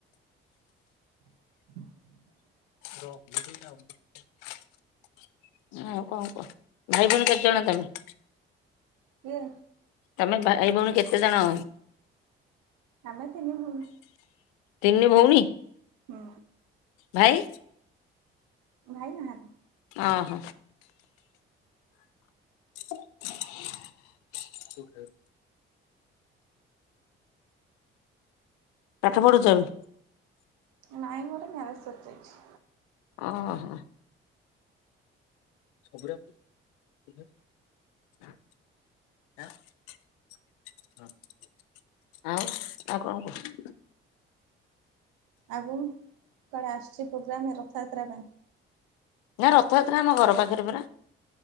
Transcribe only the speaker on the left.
<unintelligible> ଆଉ କଣ କୁହ? ଭାଇ, ଭଉଣୀ କେତେ ଜଣ ତମେ?
ତମେ ଭାଇ, ଭଉଣୀ କେତେ ଜଣ?
ତିନି ଭଉଣୀ?
ଭାଇ?
ଅ, ହ। <inaudible> ପାଠ ପଢ଼ୁଛ ଏବେ?
ଓହୋ। ଶୁଣିଲାନି? <unintelligible> ଆଉ ଆଉ କଣ କୁହ?
ନା ରଥଯାତ୍ରା ଆମ ଘର ପାଖରେ ପରା।